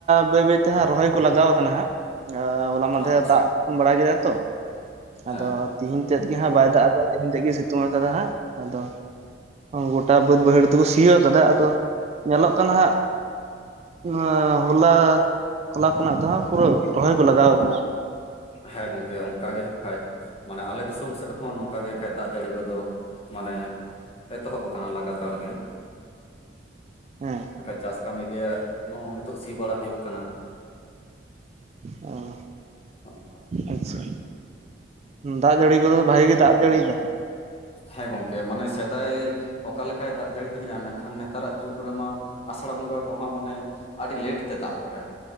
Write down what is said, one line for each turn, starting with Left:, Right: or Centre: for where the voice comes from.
Right: ᱵᱟᱹᱭ ᱵᱟᱹᱭ ᱛᱮ ᱦᱟᱸᱜ ᱨᱚᱦᱚᱭ ᱠᱚ ᱞᱟᱜᱟᱣ ᱠᱟᱱᱟ ᱦᱟᱸᱜ ᱟ ᱦᱚᱞᱟ ᱢᱟᱫᱷᱮᱨ
Left: ᱟᱪᱪᱷᱟ
Right: ᱫᱟᱜ ᱵᱟᱲᱟ ᱠᱮᱫᱟ ᱛᱚ
Left: ᱦᱮᱸ
Right: ᱟᱫᱚ
Left: ᱦᱮᱸ
Right: ᱛᱤᱦᱤᱧ ᱛᱮᱫ ᱜᱮ ᱦᱟᱸᱜ ᱵᱟᱭ ᱫᱟᱜ ᱠᱟᱫᱟ ᱛᱮᱦᱤᱧ ᱛᱮᱫ ᱜᱮ ᱥᱤᱛᱩᱝ ᱟᱠᱟᱫᱟ ᱦᱟᱸᱜ ᱟᱫᱚ ᱜᱚᱴᱟ ᱵᱟᱹᱫᱽ ᱵᱟᱹᱭᱦᱟᱹᱲ ᱥᱤᱭ ᱠᱟᱫᱟ ᱟᱫᱚ ᱧᱮᱞᱚᱜ ᱠᱟᱱᱟ ᱦᱟᱸᱜ ᱟᱸ ᱦᱚᱞᱟ ᱦᱚᱞᱟ ᱠᱷᱚᱱᱟᱜ ᱫᱚ ᱯᱩᱨᱟᱹ ᱨᱚᱦᱚᱭ ᱠᱚ ᱞᱟᱜᱟᱣ ᱠᱟᱱᱟ
Left: ᱦᱮᱸ ᱜᱚᱝᱠᱮ ᱚᱱᱠᱟ ᱜᱮ ᱦᱟᱜ ᱠᱷᱟᱡ ᱢᱟᱱᱮ ᱟᱞᱮ ᱫᱤᱥᱚᱢ ᱥᱮᱫ ᱦᱚᱸ ᱱᱚᱝᱠᱟ ᱜᱮ ᱠᱷᱟᱡ ᱫᱟᱜ ᱡᱟᱹᱲᱤ ᱠᱚᱫᱚ ᱢᱟᱱᱮ ᱮᱛᱚ ᱦᱚᱵ ᱠᱟᱱᱟ ᱞᱟᱜᱟ ᱛᱟᱨ ᱜᱮ
Right: ᱦᱮᱸ
Left: ᱵᱟᱠᱷᱟᱡ ᱪᱟᱥ ᱠᱟᱹᱢᱤ ᱜᱮ ᱱᱚᱜᱼᱚ ᱱᱤᱛᱚᱜ ᱥᱤ ᱵᱟᱲᱟ ᱦᱩᱭᱩᱜ ᱠᱟᱱᱟ
Right: ᱟᱸ
Left: ᱱᱚᱜ-ᱱᱚᱝᱠᱟ
Right: ᱟᱪᱪᱷᱟ ᱫᱟᱜ ᱡᱟᱹᱲᱤ ᱠᱚᱫᱚ ᱵᱷᱟᱜᱮ ᱜᱮ ᱫᱟᱜ ᱡᱟᱹᱲᱤᱭ ᱫᱟ
Left: ᱦᱮᱸ ᱜᱚᱝᱠᱮ ᱢᱟᱱᱮ ᱥᱮᱫᱟᱭ ᱚᱠᱟ ᱞᱮᱠᱟᱭ ᱫᱟᱜ ᱡᱟᱹᱲᱤ ᱛᱟᱦᱮᱸᱜᱼᱟ ᱢᱮᱱ ᱠᱷᱟᱱ ᱱᱮᱛᱟᱨᱟᱜ ᱡᱩᱜᱽ ᱨᱮᱢᱟ ᱟᱥᱟᱲ ᱵᱚᱸᱜᱟ ᱠᱚᱦᱚᱸ ᱢᱟᱱᱮ ᱟᱹᱰᱤ ᱞᱮᱴ ᱛᱮ ᱫᱟᱜ ᱠᱮᱜᱼᱟᱭ